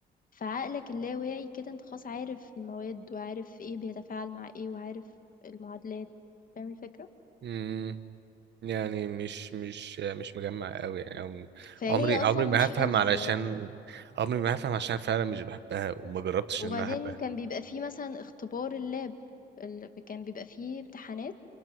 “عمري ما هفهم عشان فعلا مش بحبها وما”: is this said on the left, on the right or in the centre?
Right